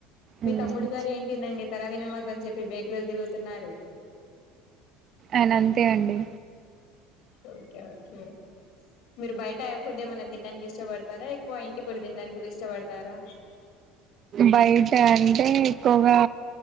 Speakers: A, on the left; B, on the right.
A: మీ
B: మ్మ్
A: తమ్ముడు గారు ఏంటిదండి తెరావిన మ దని చెప్పి బేకరీలు తిరుగుతున్నారు
B: ఆయన అంతే అండి
A: ఓకే ఓకే మీరు బయట యే ఫుడ్డ ఏమన తినడానికి ఇష్టపడతారా ఎక్కువ ఇంటి ఫూడ్ తినడానికి ఇష్టపడతారా
B: బయట అంటే ఎక్కువగా